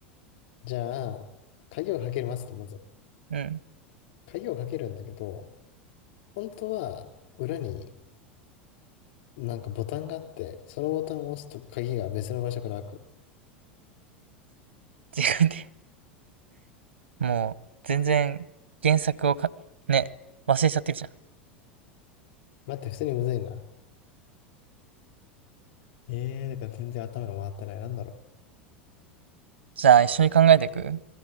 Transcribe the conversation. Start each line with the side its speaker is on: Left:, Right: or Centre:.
Left: じゃあ、鍵をかける待つと、まず。
Right: ゃん。うん。
Left: 鍵をかけるんだけど、本当は、裏になんかボタンがあって、そのボタンを押すと鍵が別の場所から開く。
Right: 違うてもう、全然、原作をか、ね、忘れちゃってるじゃん。
Left: 待って、普通にむずいな。ええー、だから全然頭が回ってない。なんだろ
Right: じゃあ、一緒に考えていく